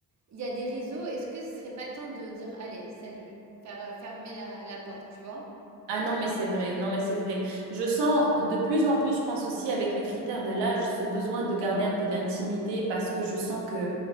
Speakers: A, on the right (about 40°); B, on the right (about 80°).
A: il y a des réseaux, est-ce que ce serait pas temps de dire, allez, salut, faire euh, fermer la, la porte, tu vois?
B: Ah non, mais c'est vrai, non, mais c'est vrai. Je sens de plus en plus, je pense aussi avec le critère de l'âge, ce besoin de garder un peu d'intimité parce que je sens que,